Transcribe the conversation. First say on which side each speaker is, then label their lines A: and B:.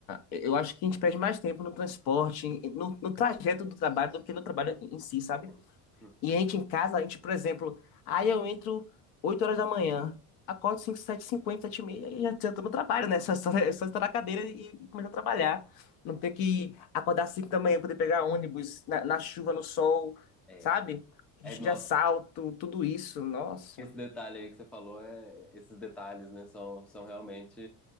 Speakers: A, on the left; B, in the centre.
A: eu acho que a gente perde mais tempo no transporte, em- no, no trajeto do trabalho, do que no trabalho em si, sabe?
B: sim. Uhum.
A: E a gente em casa, a gente, por exemplo, aí eu entro 8 horas da manhã, acordo 5 7 50 7 e meia, e já, já tô no trabalho, né? <laughs> Só, só, é só estar na cadeira e, e começar a trabalhar. Não tem que acordar 5 da manhã, poder pegar ônibus na, na chuva, no sol,
B: É,
A: sabe? Risco
B: é, nossa,
A: de assalto, tudo isso, nossa.
B: esse detalhe aí que você falou, é, esses detalhes, né, são, são realmente